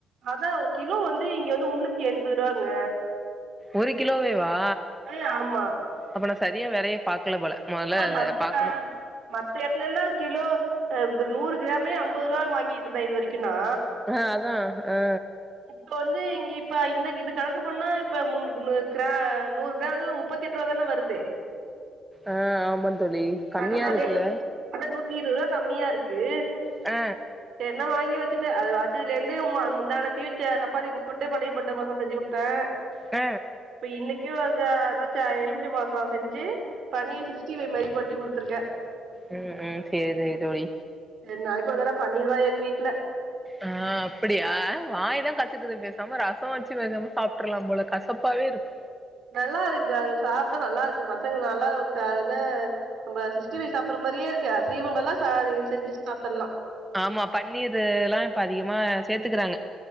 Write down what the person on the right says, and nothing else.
அதா ஒரு கிலோ வந்து இங்க வந்து முன்னூத்தி எண்பது ரூபாங்க
அ ஆமா
அட
மத்து
க மத்த எட்டலல கிலோ அ நூறு கிராமே அம்பது ரூபா வாங்கிட்டு இருந்த இது வரைக்கும் நா
இப்ப வந்து இங்க இப்ப இந்த இது கணக்கு பண்ணுனா இப்ப மு ப் கிரா நூறு கிராம் முப் பத்தெட்டு ரூவ தான வருது
பரவாலில்
அதா நூத்தி இருபது ரூபா கம்மியா இருக்கு
சரி நா வாங்கி வச்சிட்ட அது வச்சத்துல இருந்து <unintelligible> முந்தா நேத்தி வச்ச சப்பாத்தி போட்டு பன்னீர் பட்டர் மசாலா செஞ்சு கொடு த்த
இப்ப இன்னிக்கு அத அதாச்சா எலுமிச்சி பழ சாத செஞ்சு பன்னீர் சிக்ஸ்ஃடிபை மாறி பண்ணி குடுத்துருக்க
ரெண்டு நாளைக்கு ஒரு தடவ பன்னீரு தா எங்க வீட்டுல
நல்லா இருக்கு அது சாப்புட்டா நல்லா இருக்கு பசங்க நல்லாருக்கான்னு நம்ம சிஸ்டி ஃபைவ் சாப்படுற மாரியே இருக்கு அசைவ பத்தில்லா ச செஞ்சி சாப்டர்லா